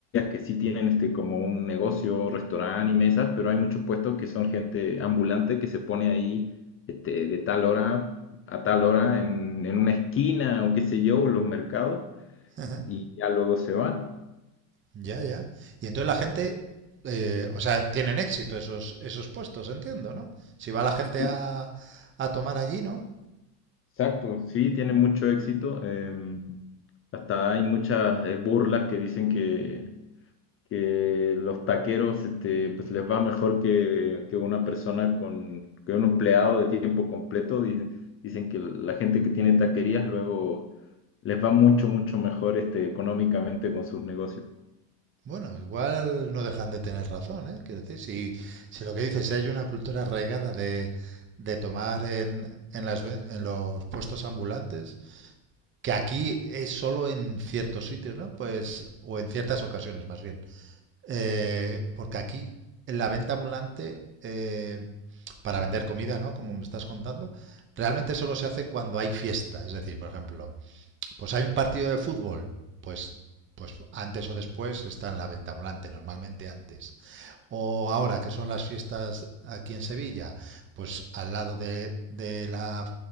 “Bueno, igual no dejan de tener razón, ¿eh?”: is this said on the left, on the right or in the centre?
Right